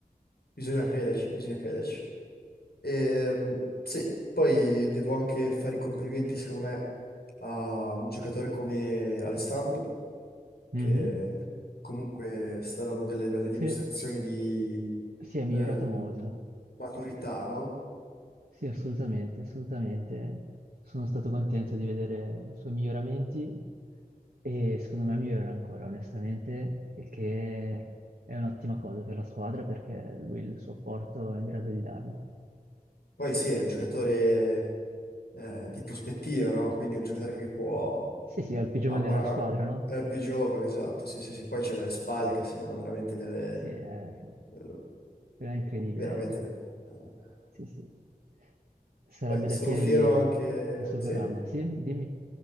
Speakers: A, on the left; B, on the right.
A: Bisogna crederci, bisogna crederci. Ehm, sì, poi devo anche fare i complimenti, secondo me, a un giocatore come Alessandro che
B: Mhm.
A: comunque saranno delle belle dimostrazioni
B: Sì,
A: di
B: si è migliorato
A: ehm,
B: molto.
A: maturità, no?
B: Sì, assolutamente, assolutamente. Sono stato contento di vedere i suoi miglioramenti e secondo me migliorerà ancora, onestamente, il che è un'ottima cosa per la squadra perché lui il suo apporto è in grado di darlo.
A: Poi sì, è un giocatore eh, di prospettiva, no? Quindi è un giocatore che può...
B: Sì, sì, è il più giovane
A: ha-
B: della
A: ha-
B: squadra,
A: ha-
B: no?
A: è più giovane, esatto, sì, sì, sì. Poi c'è delle spalle che sembrano veramente delle...
B: Sì, è,
A: eh,
B: però è incredibile.
A: veramente... eh.
B: Sì, sì. Sarebbe
A: Poi sono
B: da chiedergli
A: fiero anche...
B: il suo
A: Sì?
B: programma, sì? Dimmi.